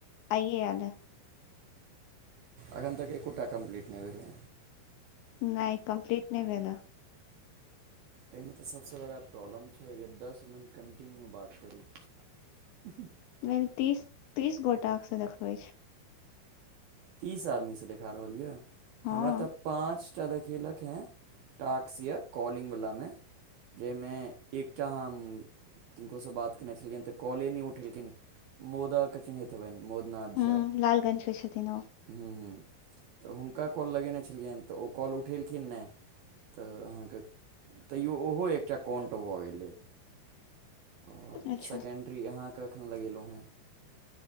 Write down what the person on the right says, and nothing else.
एखन तक एकोटा कम्पलीट नहि भेलै
एहिमे तऽ सभसँ बड़ा प्रॉब्लम छै जे दस मिनट कन्टिन्यू बात करू <unintelligible>
तीस आदमीसँ देखा रहल य
हमरा त पाँच टा देखेलक है टक्स या कॉलिंग वलामे जाहिमे एकटा हम किनको से बात केने छलियनि तऽ कॉले नहि उठेलखिन मोदा क चिनहेत हेबे मोदनाथ
झा
ह्मँ हँ तऽ हुनका कॉल लगेने छलियनि तऽ ओ कॉल उठेलखिन नहि तऽ अहाँके तैओ ओहो एकटा कण्ट भऽ गेलै आओर
सेकेण्ड्ररी अहाँके एखन लगेलहुँ हेँ